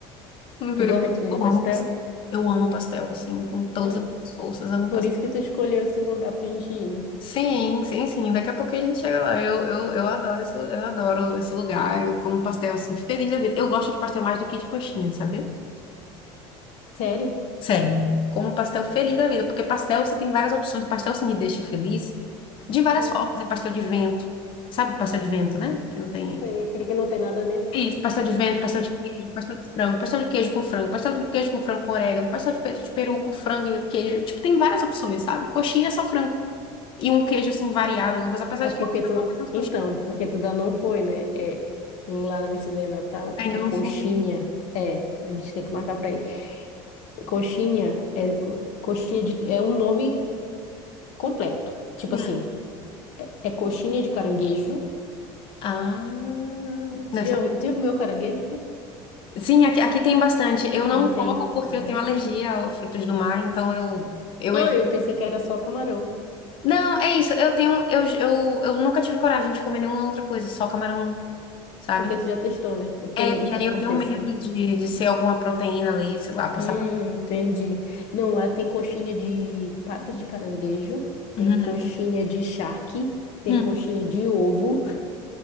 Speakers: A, on the left (about 40°); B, on the left (about 65°).
A: Eu viveria-
B: Tu gosta de
A: eu
B: pastel?
A: amo pastel. Eu amo pastel, assim, com todas
B: É.
A: as forças. Eu amo
B: Por
A: pastel.
B: isso que tu escolheu esse lugar pra gente ir, né?
A: Sim, sim, sim. Daqui a pouco a gente chega lá. Eu, eu, eu adoro esse, eu adoro esse lugar. Eu como pastel assim, feliz da vida. Eu gosto de pastel mais do que de coxinha, sabe?
B: Sério?
A: Sério. Como pastel feliz da vida, porque pastel você tem várias opções. Pastel se me deixa feliz de várias
B: Nossa,
A: formas. É pastel de vento. Sabe pastel de vento, né? Que não tem.
B: é aquele que não tem nada dentro.
A: Isso, pastel de vento, pastel de queijo, pastel de frango, pastel de queijo com frango, pastel de queijo com frango com orégano, pastel de peito de peru com frango e queijo. Tipo, tem várias opções, sabe? Coxinha é só frango e um queijo assim variado, alguma coisa. Apesar
B: É
A: de
B: porque
A: que aqui o pessoal
B: tu...
A: faz umas coxinhas
B: Então, porque tu ainda não foi, né? É, lá na Mercearia Natal
A: Ainda
B: é
A: não
B: coxinha.
A: fui.
B: É, a gente tem que marcar pra ir. Coxinha é coxinha de... É um nome completo. Tipo
A: Hum.
B: assim, é coxinha de caranguejo.
A: Ah,
B: Tu
A: deve
B: já,
A: ser-
B: tu já comeu caranguejo?
A: Sim, aqui, aqui tem bastante. Eu não
B: Aí tem...
A: como porque
B: Aham.
A: eu tenho alergia a frutos do mar, então eu, eu
B: Oi,
A: evito.
B: eu pensei que era só camarão,
A: Não, é isso. Eu tenho, eu, eu, eu nunca tive coragem de comer nenhuma outra coisa, só camarão, sabe?
B: porque tu já testou, né? Eu tenho
A: É,
B: medo
A: e
B: que
A: aí
B: aconteça,
A: eu tenho medo
B: né?
A: de, de ser alguma proteína ali, sei lá, passar.
B: Hum, entendi. Não, lá tem coxinha de patas de caranguejo, tem
A: Uhum.
B: coxinha de charque, tem
A: Hum.
B: coxinha de ovo,